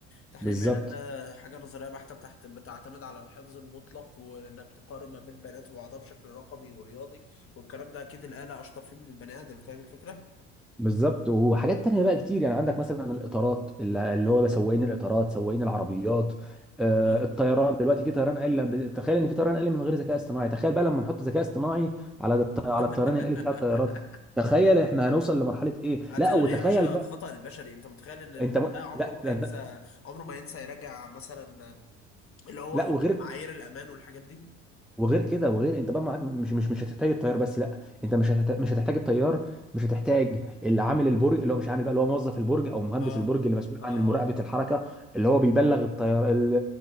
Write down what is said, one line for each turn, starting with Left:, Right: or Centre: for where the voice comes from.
Left: تحليل
Centre: بالظبط
Left: البيانات ده حاجه نظريه بحته بتحت بتعتمد على الحفظ المطلق وانك تقارن ما بين بيانات وبعضها بشكل رقمي ورياضي والكلام ده اكيد الاله اشطر فيه من البني ادم فاهم الفكره؟
Centre: بالظبط وحاجات تانية بقى كتير يعني عندك مثلا الإطارات اللي اللي هو سواقين الإطارات سواقين العربيات آه،
Left: اه
Centre: الطيران دلوقتي في طيران آلي تخيل إن في طيران آلي من غير ذكاء اصطناعي تخيل بقى لما نحط ذكاء اصطناعي على الط- على
Left: <laughs>
Centre: الطيران الآلي بتاع الطيارات تخيل احنا هنوصل لمرحلة ايه
Left: هتلغي
Centre: لا وتخيل
Left: يا باشا
Centre: بقى
Left: الخطأ البشري انت متخيل ان ال-
Centre: انت م...
Left: ده عمره
Centre: لا
Left: ما
Centre: لا
Left: هينسى عمره ما هينسى يراجع مثلا اللي هو
Centre: لا وغير
Left: معايير الامان والحاجات دي
Centre: وغير كده وغير انت بقى معاك مش مش مش هتحتاج الطيار بس لا انت مش هتحتاج مش هتحتاج الطيار مش هتحتاج اللي
Left: اه
Centre: عامل البرج اللي هو مش عامل بقى اللي هو موظف البرج او مهندس
Left: اه
Centre: البرج اللي مسؤول
Left: اه
Centre: عن مراقبه
Left: آه.
Centre: الحركه اللي هو بيبلغ الطيار ال...